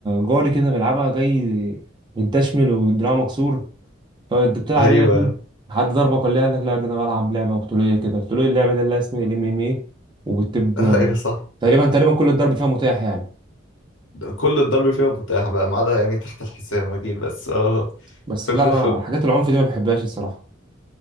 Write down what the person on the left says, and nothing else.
ايوه
ايوه صح
كل الضرب فيها متاح بقى ما عدا يعني تحت الحزام اكيد بس اه
كله